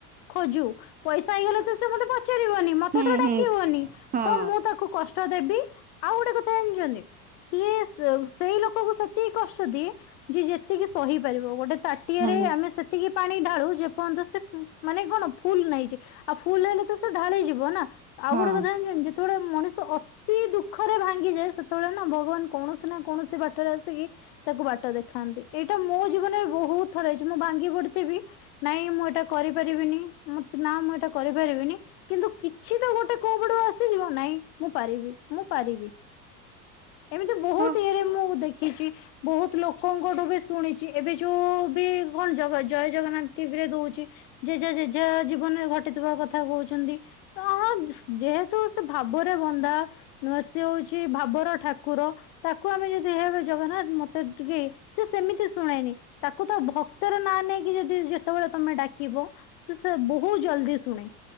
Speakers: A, on the left; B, on the right.
A: ଖୋଜୁ ପଇସା ହେଇଗଲେ ତ ସେ ମତେ ପଚାରିବନି ମତେ
B: ହୁଁ
A: ଏଥର
B: ହୁଁ
A: ଡାକିବନି
B: ହଁ
A: ତ ମୁଁ ତାକୁ କଷ୍ଟ ଦେବି ଆଉ ଗୋଟେ କଥା ଜାଣିଛନ୍ତି ସିଏ ସେଇ ଲୋକକୁ ସେତିକି କଷ୍ଟ ଦିଏ ଯିଏ ଯେତ୍ ସେତିକି ସହି ପାରିବ ଗୋଟେ ତାଟିଆରେ
B: ହଁ ହଁ
A: ଆମେ ସେତିକି ପାଣି ଢାଳୁ ଯେ ପର୍ଯ୍ୟନ୍ତ ସେ ମାନେ କଣ ଫୁଲ ନେଇଛି ଆଉ ଫୁଲ ହେଲେ ତ ସେ ଢାଳିଯିବ ନା ଆଉ
B: ହଁ
A: ଗୋଟେ କଥା ଜାଣିଛନ୍ତି ଯେତେବେଳେ ମଣିଷ ଅତ୍ ଅତି ଦୁଃଖରେ ଭାଙ୍ଗିଯାଏ ସେତେବେଳେ ନା ଭଗବାନ କୌଣସି ନା କୌଣସି ବାଟରେ ଆସିକି ତାକୁ ବାଟ ଦେଖାନ୍ତି ଏଇଟା ମୋ ଜୀବନରେ ବହୁତ ଥର ହେଇଛି ମୁଁ ଭାଙ୍ଗି ପଡିଥିବି ନାଇଁ ମୁଁ ଏଇଟା କରି ପାରିବିନି ନା ମୁଁ ଏଇଟା କରିପାରିବିନି କିନ୍ତୁ କିଛି ତ ଗୋଟେ କୋଉ ପଟୁ ଆସ ସିଯିବ ନାଇଁ ମୁଁ ପାରିବି ମୁଁ ପାରିବି ଏମତି ବହୁତ
B: ହଁ
A: ଇଏରେ ମୁଁ ଦେଖିଛି ବହୁତ ଲୋକଙ୍କଠୁ ବି ଶୁଣିଛି ଏବେ ଯୋଉ ବି ଜ ଜୟ ଜଗନ୍ନାଥ ଟିଭି ରେ ଦଉଛି। ଜେଝା ଜେଝା ଜୀବନରେ ଘଟିଥିବା କଥା କହୁଛନ୍ତି। ତ ଅ ଯେହେତୁ ସେ ଭାବରେ ବନ୍ଧା ନ ସେ ହଉଛି ଭାବର ଠାକୁର ତାକୁ ଆମେ ଯଦି ଏ ଜଗନ୍ନାଥ ମତେ ଟିକେ ସେ ସେମିତି ଶୁଣେନି ତାକୁ ତ ଭକ୍ତର ନାଁ ନେଇକି ଯଦି ଯେତେବେଳେ ତମେ ଡା କିବ ସେ ସେ ବହୁତ ଜଲଦି ଶୁଣେ।